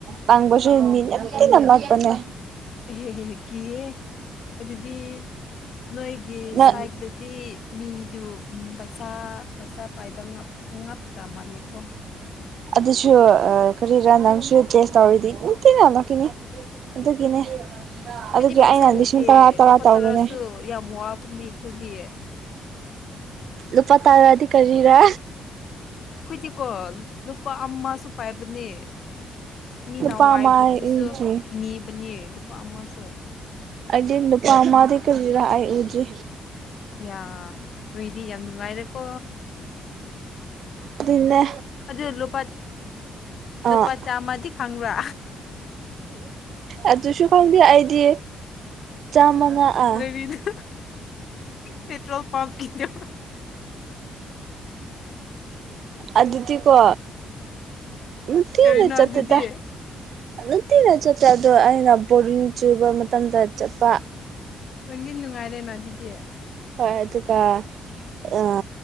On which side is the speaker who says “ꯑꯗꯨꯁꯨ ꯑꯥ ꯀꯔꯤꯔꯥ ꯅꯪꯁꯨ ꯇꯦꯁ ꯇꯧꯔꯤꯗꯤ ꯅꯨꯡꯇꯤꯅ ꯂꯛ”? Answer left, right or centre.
Right